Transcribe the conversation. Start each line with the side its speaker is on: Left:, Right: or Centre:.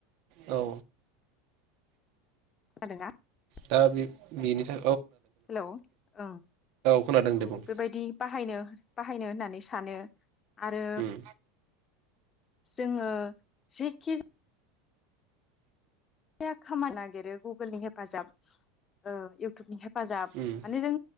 Right: औ
Left: <unintelligible>
Right: दा बे बेनि था
Left: हेल' ओं औ
Right: खोनादों दे बुं
Left: बेबायदि बाहायनो बाहायनो होननानै सा सानो आरो
Right: उम
Left: जोङो जिखि या खामा नागिरो गुगोलनि हेफाजाब ओ इउटुबनि हे फाजाब
Right: उम
Left: माने जों